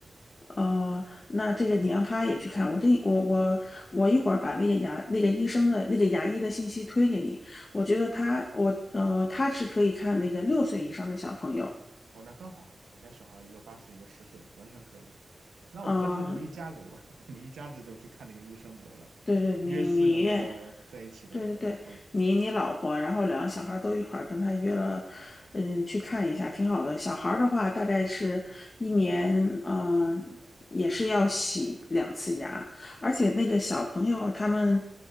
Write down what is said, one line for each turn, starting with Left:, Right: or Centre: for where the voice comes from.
Left: 哦，那这个你让他也去看。我这我我我一会儿把那个牙那个医生的那个牙医的信息推给你。我觉得他我呃他是可以看那个六岁以上的小朋友。
Right: 哦，那刚好，我家小孩一个八岁，一个十岁，完全可以了。那我们干脆就一家子，
Left: 嗯、
Right: 我 <laughs> 我们一家子就去看那个医生得了，
Left: 对对，你你
Right: 约四个那个在一起的那个会，
Left: 对对对，你你老婆，然后两个小孩儿都一块儿跟他约了，嗯，去看一下，挺好的。小孩儿的话，大概是一年，嗯、也是要洗两次牙，而且那个小朋友他们